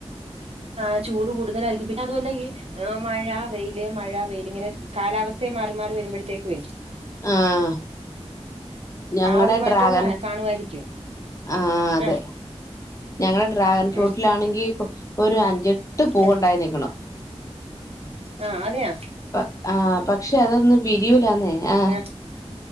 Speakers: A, on the right (about 65°); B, on the left (about 30°).
A: ആ ചൂട് കൂടുതലായിരിക്കും പിന്നെ അതു അല്ല ഈ ആ മഴ വെയില് മഴ വെയ്ല്ഇങ്ങനെ കാലാവസ്ഥയെ മാറി മാറി വരുമ്പഴത്തേക്കു
B: ആഹ് ഞങ്ങളടെ
A: ആ ഒരു മാറ്റവും
B: ഡ്രാഗൻ
A: കാണുമായിരിക്കും
B: ആഹ് അതെ
A: ആ
B: ഞങ്ങള ഡ്രാഗൺ ഫ്രൂട്ടിലാണെങ്കി
A: ആ
B: ഒരു അഞ്ചെട്ട് പൂവ്
A: ആ
B: ണ്ടായി നി ക്ക്ണ്
A: ആഹ് അതെയ
B: പ ആഹ് പക്ഷെ അതൊന്നും വിരിയൂലാന്നേ ആഹ്
A: ആ